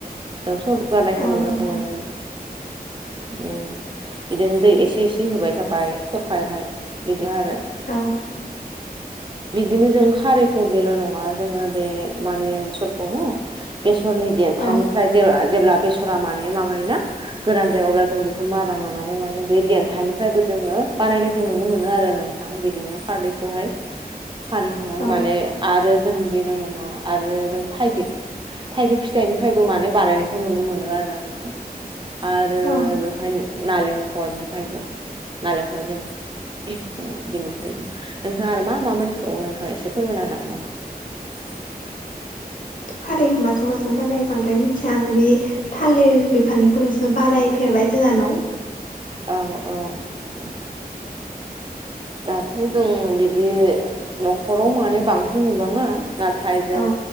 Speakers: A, on the right (about 30°); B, on the left (about 55°).
A: जों सरगारनायखौ नुनो
B: औ नोंथां
A: मोनो उम बिदिनो दै एसे एसे होबाय थाबाय थरखायावहाय बिदि आरो
B: औ
A: बिदिनो जों खारिखौ बेल' नङा जोङो बे माने बेसरखौनो न' बेसरनि देन्थानिफ्राय
B: औ
A: जेराव जेब्ला बेसरा माने माबायोना गोरान जायो अब्ला जों बेखौ मारा नानानै माने बे देन्थानिफ्रायबो जों जोङो बानायनायखौ नुनो मोनो आरो नोंथां बिदिनो खारैखौहाय खारैखौहाय
B: औ
A: माने आरो जों बेल' नङा आरो जों थाइगिर थाइगिर फिथाइनिफ्रायबो माने बानायनायखौ नुनो मोनो आरो आङो आरो
B: औ
A: बेवहाय नालेंखरनिफ्रायबो नालेंखर जों ओ बेनिफ्रायबो नोंथाङा आरो मा मा मोनथिबावो नोंथां एसे फोरमायना होनो हागोन नामा
B: खारैखौ माजों माजों बानायो बांद्राय मिथिया आं बे थालिर बेखौ बिफांनिखौल'सो बानायफेरबाय जोंहा नाव
A: औ औ नोंथां । दाथ' जों बिदि न'खराव माने बांसिन नुबाङा नाथाय जों
B: औ